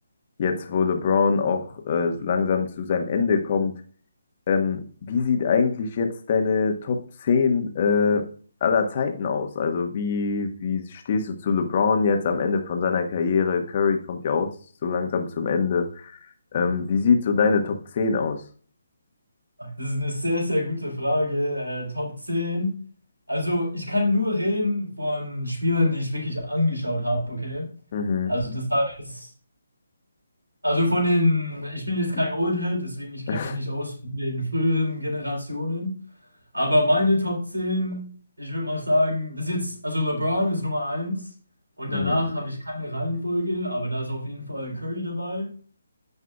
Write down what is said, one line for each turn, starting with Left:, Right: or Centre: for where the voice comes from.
Left: jetzt wo LeBron auch äh, so langsam zu seinem Ende kommt, ähm, wie sieht eigentlich jetzt deine Top 10 äh, aller Zeiten aus? Also wie, wie stehst du zu LeBron jetzt am Ende von seiner Karriere? Curry kommt ja auch so langsam zum Ende. Ähm, wie sieht so deine Top zehn aus?
Right: Das ist eine sehr, sehr gute Frage. Äh, Top 10. Also, ich kann nur reden von Spielern, die ich wirklich angeschaut habe, okay?
Left: Mhm.
Right: Also, das heißt, also von den, ich bin jetzt kein Oldhead, deswegen ich kenne
Left: <laughs>
Right: mich nicht aus mit den früheren Generationen. Aber meine Top 10, ich würde mal sagen, das ist jetzt, also LeBron ist Nummer eins und danach
Left: Mhm.
Right: habe ich keine Reihenfolge, aber da ist auf jeden Fall Curry dabei.